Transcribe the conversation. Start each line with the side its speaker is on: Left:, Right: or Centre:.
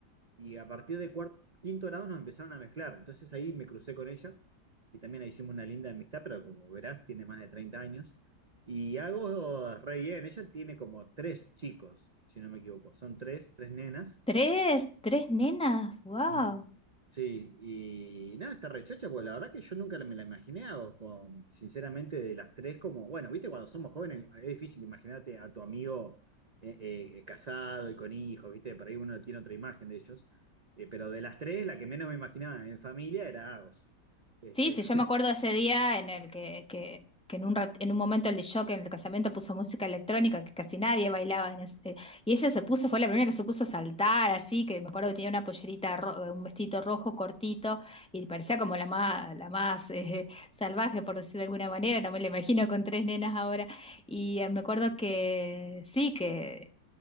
Right: y a partir de cuarto, quinto grado nos empezaron a mezclar. Entonces ahí me crucé con ella y también ahí hicimos una linda amistad, pero como verás, tiene más de 30 años. Y Agos, re bien, ella tiene como tres chicos, si no me equivoco. Son tres, tres nenas.
Centre: Tres, tres nenas, wow.
Right: Mm, Sí, y nada, esta rechacha, pues la verdad que yo nunca me la imaginé, a vos, con, sinceramente, de las tres, como, bueno, viste, cuando somos jóvenes es difícil imaginarte a tu amigo eh, eh, casado y con hijos, viste, por ahí uno tiene otra imagen de ellos, Eh, pero de las tres, la que menos me imaginaba en familia era Agos. Este,
Centre: Sí, sí, yo me acuerdo
Right: <laughs>
Centre: de ese día en el que, que, que en un, rat- en un momento el shock en el casamiento puso música electrónica, que casi nadie bailaba. en ese- eh, y ella se puso, fue la primera que se puso a saltar, así, que me acuerdo que tenía una pollerita, ro- un vestido rojo cortito, y parecía como la más, la más <laughs> eh, salvaje, por decir de alguna manera, no me la imagino con tres nenas ahora. Y eh, me acuerdo que sí, que